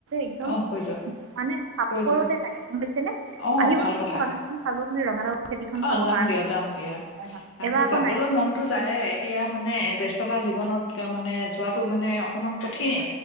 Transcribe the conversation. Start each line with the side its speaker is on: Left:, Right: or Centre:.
Right: একদম
Left: অ কৈ যোৱা
Right: মানে চাফৰতে
Left: কৈ যোৱা
Right: লাগে গম পাইছে নে।
Left: অ
Right: আহিবচোন
Left: ভাল কথা
Right: মোৰ বাগানখন চাব কিনে ৰঙালাও খেতিখন
Left: অ
Right: চাবৰ
Left: যাম
Right: কাৰণে।
Left: দিয়া
Right: হয়ঁ
Left: যাম দিয়া
Right: হয়ঁ
Left: কাৰণতো
Right: এবাৰ আকৌ
Left: যাবলৈ
Right: নাইকল-
Left: মনতো যায়ে এতিয়া মানে বে ব্যস্ততা জীৱনত মানে যোৱাটো মানে অকণমান কঠিনে।